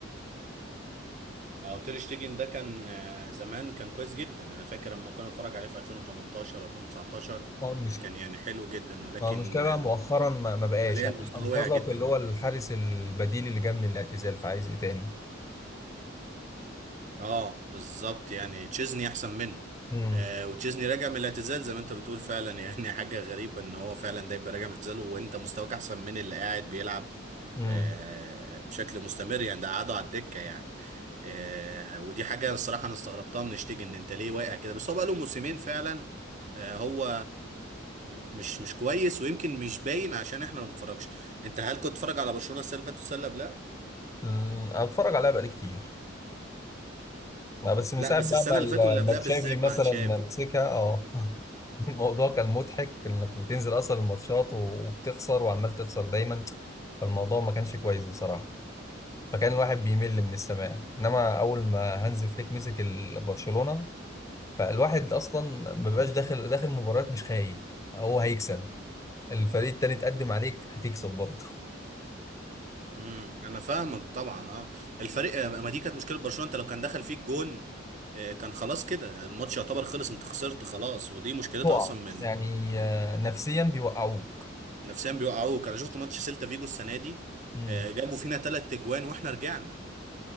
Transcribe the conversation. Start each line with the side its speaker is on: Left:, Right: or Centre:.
Right: اه تير شتيجن ده كان آه، زمان كان كويس جدا انا فاكر لما كنا نتفرج عليه في 2018 2019
Left: <laughs>
Right: كان يعني حلو جدا ولكن
Left: ما هو المشكلة بقى
Right: آم،
Left: مؤخرا ما, ما بقاش
Right: حاليا
Left: يعني
Right: مستواه
Left: اللي أنقذك
Right: واقع جدا
Left: اللي
Right: يعني
Left: هو الحارس البديل اللي جه من الاعتزال فعايز إيه تاني؟
Right: اه بالظبط يعني تشيزني احسن منه
Left: امم
Right: آه وتشيزني راجع من الاعتزال زي ما انت بتقول فعلا <laughs> يعني حاجه غريبه ان هو فعلا ده يبقى راجع من الاعتزال وانت مستواك احسن من اللي قاعد بيلعب
Left: امم
Right: آه بشكل مستمر يعني ده قعدوا على الدكه يعني آه ودي حاجه الصراحه انا استغربتها من شتيجن ان انت ليه واقع كده بس هو بقى له موسمين فعلا آه هو مش مش كويس ويمكن مش باين عشان احنا ما بنتفرجش انت هل كنت تتفرج على برشلونه السنه اللي فاتت والسنه اللي قبلها؟
Left: أمم، أتفرج عليها بقالي كتير ما بس من
Right: لا
Left: ساعة
Right: بس
Left: بقى
Right: السنه
Left: ما
Right: اللي
Left: ال-
Right: فاتت واللي قبلها
Left: ما تشافي
Right: بالذات
Left: مثلا
Right: مع تشافي
Left: مسكها أه <laughs> الموضوع كان مضحك إنك بتنزل أصلا الماتشات وبتخسر وعمال تخسر دايما فالموضوع ما كانش كويس بصراحة فكان الواحد بيمل من السماع إنما أول ما هانز فليك مسك ال- برشلونة فالواحد أصلا ما بقاش داخل داخل مباريات مش خايف هو هيكسب الفريق التاني تقدم عليك هتكسب برضه
Right: امم انا فاهمك طبعا اه الفريق آه، ما دي كانت مشكله برشلونه انت لو كان دخل فيك جون آه، كان خلاص كده الماتش يعتبر خلص انت خسرت خلاص ودي مشكلتها
Left: تقع
Right: اصلا من
Left: يعني آه، نفسيا بيوقعوك
Right: نفسيا بيوقعوك انا شفت ماتش سيلتا فيجو السنه دي
Left: امم
Right: آه، جابوا فينا ثلاث اجوان واحنا رجعنا